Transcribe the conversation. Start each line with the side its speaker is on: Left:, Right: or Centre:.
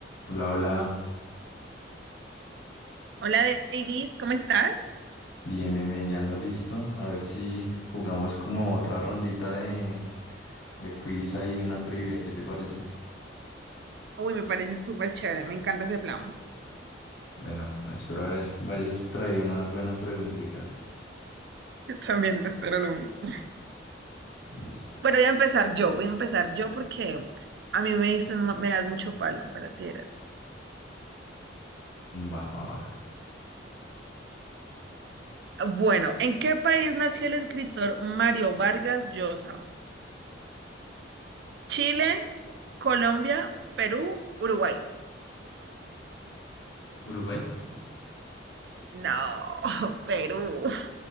Left: Hola, hola,
Right: Hola David, ¿cómo estás?
Left: bien, bien, bien, ya ando listo. A ver si jugamos como otra rondita de, de quiz ahí, una trivia, ¿qué te parece?
Right: Uy, me parece súper chévere, me encanta ese plan.
Left: Bueno, espero a ver, vayas traído unas buenas preguntitas.
Right: Yo también espero lo mismo.
Left: Listo.
Right: Bueno, voy a empezar yo, voy a empezar yo porque a mí me dicen, "Ma- me das mucho palo, pero tienes.
Left: Va, va, va.
Right: Bueno, ¿en qué país nació el escritor Mario Vargas Llosa? Chile, Colombia, Perú, Uruguay.
Left: ¿Uruguay?
Right: No, <laughs> Perú.